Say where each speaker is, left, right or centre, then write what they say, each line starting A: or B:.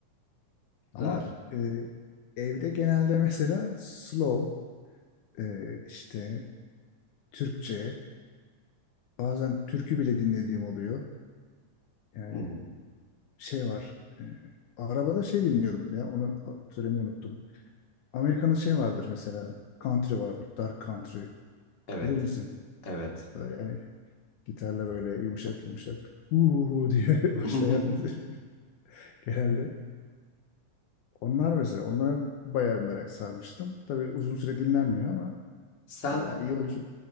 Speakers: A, on the left; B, on the left.
A: Ama
B: Güzel.
A: e, evde genelde mesela slow e, işte Türkçe bazen türkü bile dinlediğim oluyor. Yani
B: Hı hı.
A: şey var e, arabada şey dinliyorum ya onu söylemeyi unuttum. Amerika'nın şey vardır mesela country vardır dark country
B: Evet.
A: bilir misin?
B: Evet.
A: Böyle yani gitarla böyle yumuşak yumuşak uhu diye <laughs> başlayan
B: <laughs>
A: <laughs> genelde. Onlar mesela onlara bayağı merak sarmıştım. Tabii uzun süre dinlenmiyor ama
B: Sen
A: böyle bir yolcu